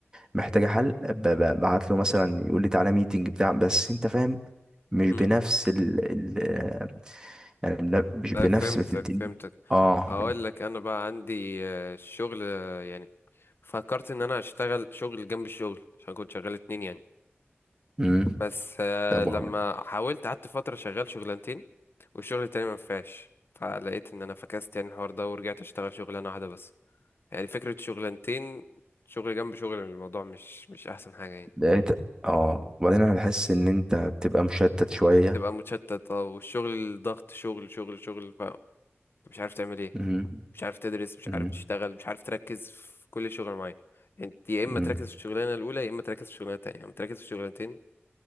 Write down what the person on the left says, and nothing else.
أمم.
أه، فهمتك
فهمتك
هقول لك انا بقى عندي آه، الشغل آه، يعني فكرت ان انا اشتغل شغل جنب الشغل عشان كنت شغال اتنين يعني
بس آه،
لما
حاولت قعدت فترة شغال شغلانتين والشغل التاني ما نفعش فلقيت ان انا فكست يعني الحوار ده ورجعت اشتغل شغلانة واحدة بس يعني فكرة شغلانتين شغل جنب شغل الموضوع مش مش احسن حاجة يعني
تبقى متشتت اه والشغل ضغط شغل شغل شغل ف- مش عارف تعمل ايه
مش عارف تدرس مش
عارف تشتغل مش عارف تركز في كل شغل معين انت يا اما
تركز في الشغلانه الاولى يا اما تركز في الشغلانه التانيه اما تركز في الشغلانتين